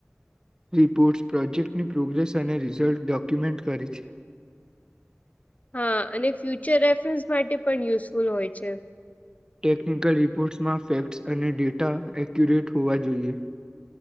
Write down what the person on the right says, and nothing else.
રિપોર્ટ્સ પ્રોજેક્ટની પ્રોગ્રેસ અને રિઝલ્ટ ડોક્યુમેન્ટ કરે છે.
ટેકનિકલ રિપોર્ટ્સમાં ફેક્ટ્સ અને ડેટા એક્યુરેટ હોવા જોઈએ.